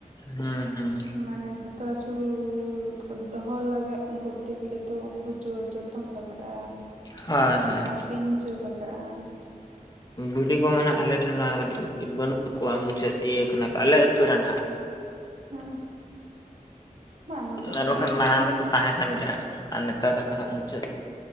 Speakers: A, on the left; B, on the right.
A: ᱦᱩᱸ ᱦᱩᱸ
B: ᱢᱟᱱᱮ ᱡᱷᱚᱛᱚ ᱟᱹᱥᱩᱞ ᱠᱚ ᱫᱚᱦᱚ ᱞᱟᱜᱟᱜ ᱩᱱᱠᱩ ᱠᱚᱨᱛᱮ ᱜᱮᱹᱞᱮᱹ ᱛᱚ ᱩᱱᱠᱩ ᱡᱚ ᱡᱚᱛᱚᱱ ᱞᱟᱜᱟᱜᱼᱟ
A: ᱦᱳᱭ ᱦᱳᱭ
B: ᱟᱨ ᱛᱮᱧ ᱡᱚ ᱞᱟᱜᱟᱜᱼᱟ
A: ᱵᱷᱤᱰᱤ ᱠᱚ ᱢᱮᱱᱟᱜ ᱟᱞᱮ ᱴᱷᱮᱱ ᱱᱚᱣᱟ ᱠᱟᱹᱴᱤᱡ ᱵᱟᱹᱱᱩᱜ ᱠᱚᱣᱟ ᱢᱩᱪᱟᱹᱫ ᱤᱭᱟᱹ ᱠᱟᱱᱟ ᱠᱚ ᱟᱞᱮ ᱟᱹᱛᱩ ᱨᱮ ᱟᱸᱱᱟᱜ
B: ᱦᱟᱸ ᱵᱟᱝ ᱱᱚᱛᱮ
A: ᱟᱨ
B: ᱫᱚ
A: ᱵᱟᱠᱷᱟᱱ
B: ᱵᱤᱨ ᱫᱤᱥᱚᱢ
A: ᱢᱟᱲᱟᱝ ᱫᱚᱠᱚ ᱛᱟᱦᱮᱸ ᱠᱟᱱ ᱜᱮᱭᱟ ᱟᱨ ᱱᱮᱛᱟᱨ ᱫᱚᱠᱚ ᱦᱟᱸᱜ ᱢᱩᱪᱟᱹᱫ